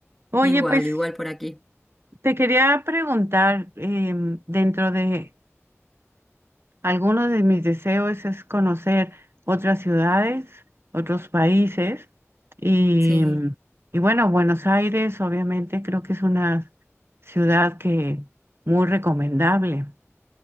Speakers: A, on the right (about 55°); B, in the centre.
A: Oye,
B: Igual,
A: pues
B: igual por aquí.
A: te quería preguntar, em, dentro de Algunos de mis deseos es conocer otras ciudades, otros países y,
B: Sí,
A: y bueno, Buenos Aires obviamente creo que es una ciudad que muy recomendable.